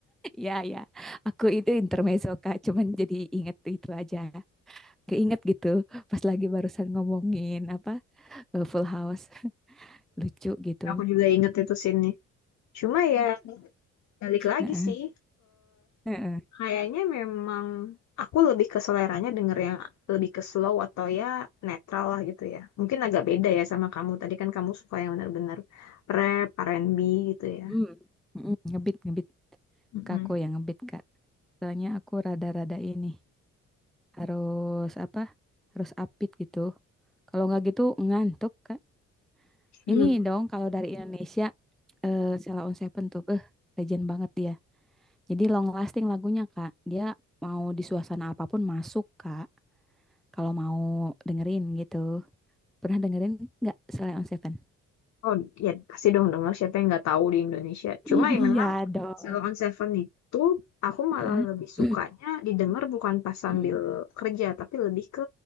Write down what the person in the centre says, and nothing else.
Ya ya, aku itu intermezzo Kak, cuman jadi inget itu aja. Keinget gitu pas lagi barusan ngomongin apa eh, Full House <laughs> lucu gitu.
Heeh,
heeh.
Hmm, mm, ngebit ngebit
suka aku yang ngebit Kak. Soalnya aku rada-rada ini. harus apa harus apit gitu kalau nggak gitu ngantuk kak
ini dong kalau dari Indonesia eh Sheila on Seven tuh eh legend banget dia jadi long lasting lagunya kak dia mau di suasana apapun masuk kak kalau mau dengerin gitu pernah dengerin nggak Sheila on Seven
Iya
dong.
Heeh.
<clears throat>
Heeh.